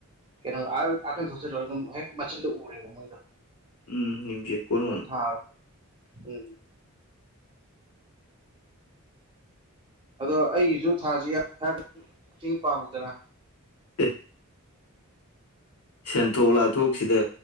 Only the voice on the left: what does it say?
ꯎꯝ ꯅꯤꯌꯨꯆꯦꯛꯀꯣꯟ
ꯑꯦ ꯁꯦꯟꯊꯣꯛ ꯂꯥꯊꯣꯛꯁꯤꯗ